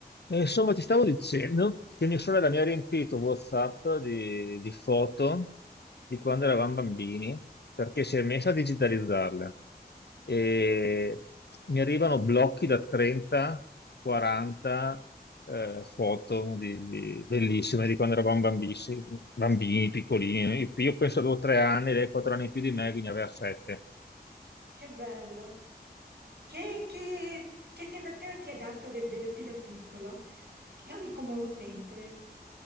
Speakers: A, on the left (about 80°); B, on the right (about 75°).
A: E Insomma, ti stavo dicendo che mia sorella mi ha riempito WhatsApp di, di foto di quando eravamo bambini, perché si è messa a digitalizzarle. E mi arrivano blocchi da 30, 40 eh, foto di- di- bellissime di quando eravamo bambini, bambini piccolini. Io, io penso avevo tre anni, lei quattro anni più di me, quindi aveva sette.
B: Che bello. Che, che- che sensazione ti ha dato vederti da piccolo? Io mi commuovo sempre,